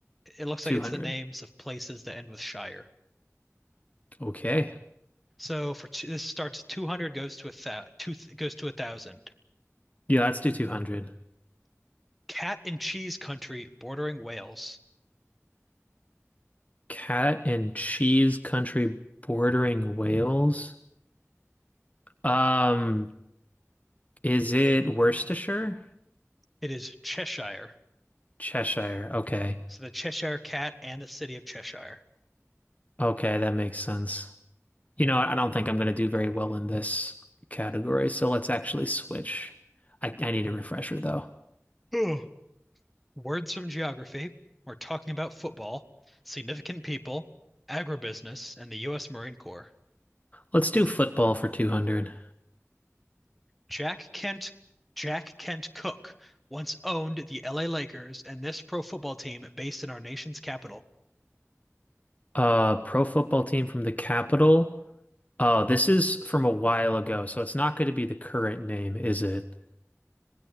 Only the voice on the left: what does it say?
200.
Okay.
Yeah, let's do 200.
Cat and cheese country bordering Wales. Um, is it Worcestershire?
Cheshire. Okay.
Okay, that makes sense. You know, I don't think I'm going to do very well in this category, so let's actually switch. I, I need a refresher though.
Let's do football for 200.
Uh, pro football team from the capital. Oh, this is from a while ago, so it's not going to be the current name, is it?